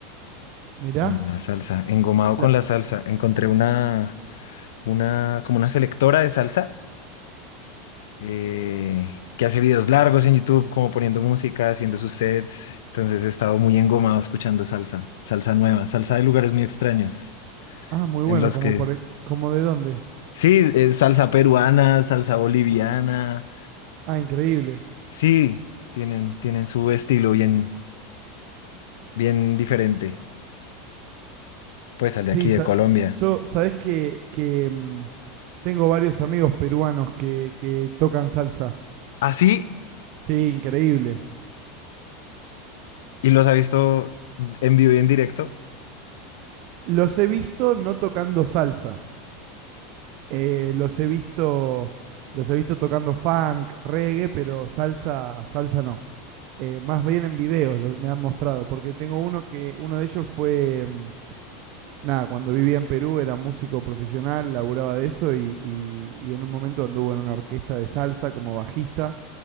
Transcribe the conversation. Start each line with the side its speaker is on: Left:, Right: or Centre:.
Right: Mirá.
Left: con la salsa, engomado con
Right: la-
Left: la salsa. Encontré una, una, como una selectora de salsa eh, que hace videos largos en YouTube, como poniendo música, haciendo sus sets. Entonces he estado muy engomado escuchando salsa, salsa nueva, salsa de lugares muy extraños,
Right: ah, muy
Left: en
Right: bueno,
Left: los
Right: como,
Left: que...
Right: por, e- como de dónde.
Left: Sí, eh, salsa peruana, salsa boliviana.
Right: Ah, increíble.
Left: Sí, tienen, tienen su estilo bien, bien diferente, pues al
Right: Sí,
Left: de aquí de
Right: sa-
Left: Colombia.
Right: yo, sabés que, que, mm, tengo varios amigos peruanos que, que tocan salsa.
Left: Así,
Right: Sí, increíble.
Left: y los ha visto en vivo y en directo,
Right: Los he visto no tocando salsa. eh, los he visto, los he visto tocando funk, reggae, pero salsa, salsa no. Eh, más bien en videos los- me han mostrado, porque tengo uno que, uno de ellos fue, mm, nada, cuando vivía en Perú era músico profesional, laburaba de eso y, y y en un momento anduvo en una orquesta de salsa como bajista